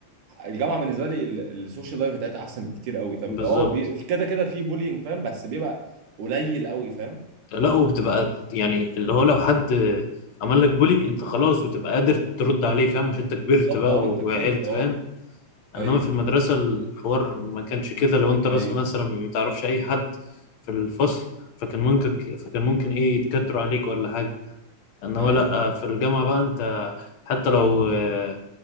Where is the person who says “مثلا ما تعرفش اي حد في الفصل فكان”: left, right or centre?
Left